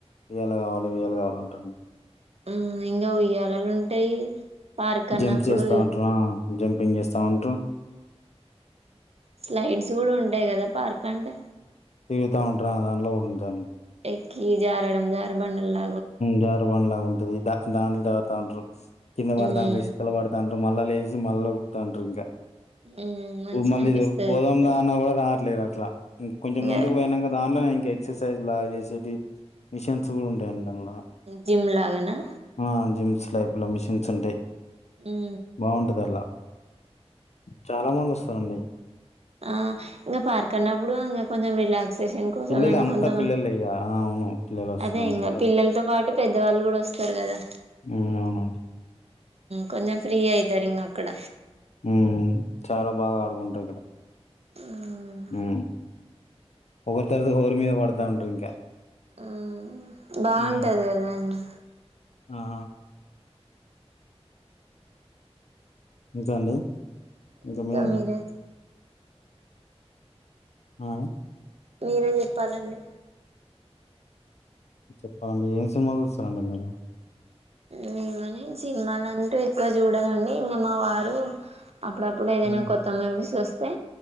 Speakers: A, on the left; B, on the right.
A: ఉయ్యాల కావాలి ఉయ్యాల కావాలి అంటారు ఇంకా
B: ఆ ఇంకా ఉయ్యాలాలు ఉంటాయి పార్క్ అన్నప్పుడు
A: జంప్ చేస్తా ఉంటారు. ఆ! జంపింగ్ చేస్తా ఉంటాం
B: స్లైడ్స్ కూడా ఉంటాయి కదా పార్క్ అంటే
A: టీవితా ఉంట అలో కూడాంటాను
B: ఎకి జారడం జారు బండల్లా
A: జారుబండ లాగా ఉంటది దా దాండ్లు దారు దాండ్రరు కిందవాడ
B: ఉమ్
A: దాంలు ఇకల వాడ దాంలు మళ్ళ మళ్ళకుతంటారు ఇంకా
B: ఉమ్ మంచిగా
A: మళ్ళ
B: అనిపిస్తది
A: దొపోదాం
B: పిల్ల
A: అ లేరు అట్లా ఇంక కొంచెం
B: ఇంకా
A: ముందుకు పోయినాక దానిట్లోనే ఇంక ఎక్సర్సైజ్ లా చేసేవి మిషన్స్ కూడా ఉంటాయి అండలో
B: జిమ్ లాగానా
A: ఆ జిమ్స్ టైప్ లో మిషన్స్ ఉంటాయి
B: ఉ హు
A: బాగుంటది అలా చాలా మంది వస్తారండి
B: ఆ ఇంకా పార్క్ అన్నప్పుడు ఇంకా కొంచెం రిలాక్స్ కోసంయినా
A: పిల్లలు అంతా
B: కొంతమంది
A: పిల్లలే ఇగ ఆ అవును పిల్లలు వస్తారంట
B: అదే ఇంకా పిల్లలతో పాటు పెద్దవాళ్ళు కూడా వస్తారు కదా
A: అ అవునండి
B: కొంచెం ఫ్రీ అయితారు ఇంగ్ అక్కడ
A: ఉ చాలా బాగా ఆడుకుంటారు ఇక్కడ
B: ఉమ్
A: ఉ ఒకరి తరత హోరు మీద పడతా ఉంటారు ఇంకా
B: ఉ బాగుంటది
A: హ్మ్.
B: కదా అండి
A: ఆ హు ఇంకా అండి ఇంకా
B: అంతా
A: మీరేం
B: మీరే
A: ఆ
B: మీరే చెప్పాలండి
A: చెప్పాలండి ఏం సినిమా చూస్తారండి మీరు
B: ఏమని సినిమాలంటూ ఎక్కువ చూడనండి ఇంకా మా వారు అప్పుడప్పుడు ఏదైనా
A: హ్మ్.
B: కొత్త మూవీస్ వస్తే